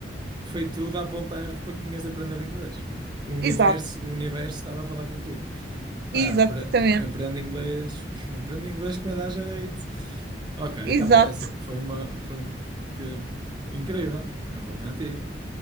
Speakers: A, on the right (about 25°); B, on the right (about 55°).
A: foi tudo a apontar-te para que tinhas de aprender inglês. O universo,
B: Exato.
A: o universo estava a falar contigo. Pá,
B: Exatamente,
A: apre- aprende inglês, <laughs> aprende inglês que vai dar jeito. Ok,
B: exato,
A: então bem, essa foi uma, foi um- que, incrível, não vou mentir.